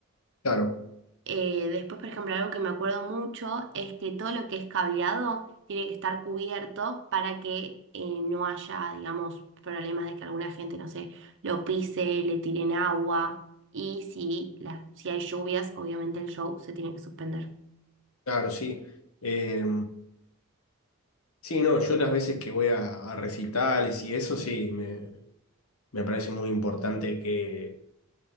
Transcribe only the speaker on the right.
Eh, después, por ejemplo, algo que me acuerdo mucho es que todo lo que es cableado tiene que estar cubierto para que eh, no haya, digamos, problemas de que alguna gente, no sé, lo pise, le tiren agua. Y si, la- si hay lluvias, obviamente el show se tiene que suspender.